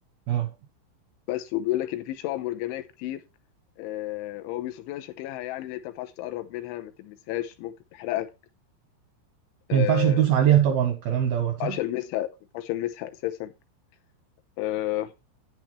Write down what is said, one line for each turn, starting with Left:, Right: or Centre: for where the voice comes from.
Right: اه
Left: بس وبيقول لك ان في شعاب مرجانية كتير آه هو بيوصف لنا شكلها يعني اللي انت ما ينفعش تقرب منها ما تلمسهاش ممكن تحرقك
Right: ما
Left: آه
Right: ينفعش تدوس عليها طبعا والكلام دوت صح
Left: ما ينفعش المسها ما ينفعش المسها اساسا آه